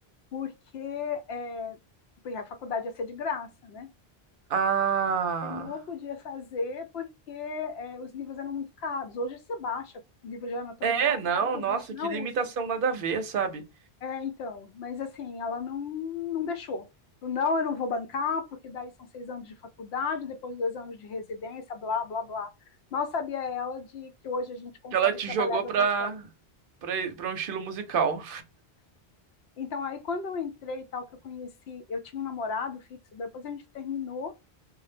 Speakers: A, on the left; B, on the right.
A: porque, é, porque a faculdade ia ser de graça, né?
B: Ah.
A: Eu não podia fazer porque é, os livros eram muito caros. Hoje você baixa livro de anatomia
B: É,
A: mais
B: não,
A: caro que
B: nossa,
A: existe na
B: que limitação
A: USP.
B: nada a ver, sabe?
A: É, então, mas assim, ela não, não deixou. Não, eu não vou bancar, porque daí são seis anos de faculdade, depois dois anos de residência, blá, blá, blá. Mal sabia ela de que hoje a gente consegue
B: Que ela te
A: trabalhar
B: jogou
A: de
B: pra,
A: outras formas.
B: pra, pra um estilo musical.
A: Então, aí, quando eu entrei e tal, que eu conheci, eu tinha um namorado fixo, depois a gente terminou,